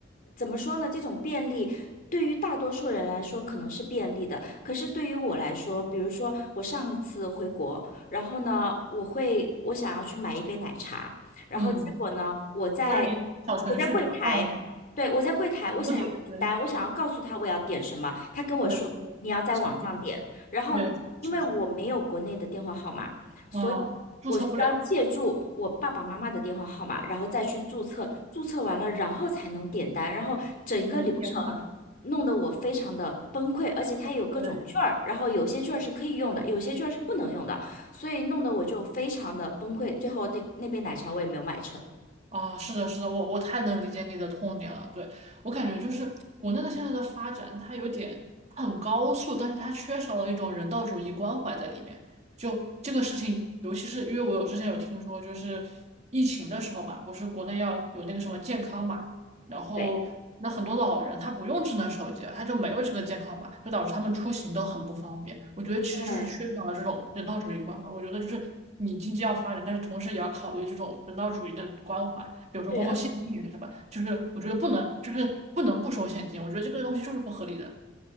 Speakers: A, on the left; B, on the right.
A: 怎么说呢？这种便利对于大多数人来说可能是便利的，可是对于我来说，比如说我上一次回国，然后呢，我会我想要去买一杯奶茶，然后结果呢，
B: 嗯，
A: 我在我在柜台，
B: 会让你小程序对吧？二维码
A: 对，我在柜台，我想要点单，
B: 不点，对，
A: 我想要告诉他我要点什么，他跟我说你要在网上点，
B: 对对，对小程序，
A: 然后因为我没有国内的电话号码。
B: 对，是的，
A: 所以。
B: 啊，注册不了，
A: 我需要借助我爸爸妈妈的电话号码，然后再去注册，注册完了，然后才能点单，然后整个流程
B: 我天呐，
A: 弄得我非常的崩溃，而且它有各种券儿，
B: 对。
A: 然后有些券儿是可以用的，有些券儿是不能用的，所以弄得我就非常的崩溃，最后那那杯奶茶我也没有买成。
B: 啊，是的，是的，我我太能理解你的痛点了。对，我感觉就是国内的现在的发展，它有点它很高速，但是它缺少了一种人道主义关怀在里面。就这个事情，尤其是因为我有之前有听说，就是疫情的时候嘛，不是国内要有那个什么健康嘛。然后那很多老人他不用智能手机，
A: 对
B: 他就没有这个健康码，就导致他们出行都很不方便。我觉得其实就是缺少了这种人道主义关怀。
A: 对，
B: 我觉得就是你经济要发展，但是同时也要考虑这种人道主义的关怀，比如说包括现金也是吧，
A: 对，而且
B: 就是我觉得不能就是不能不收现金，我觉得这个东西就是不合理的。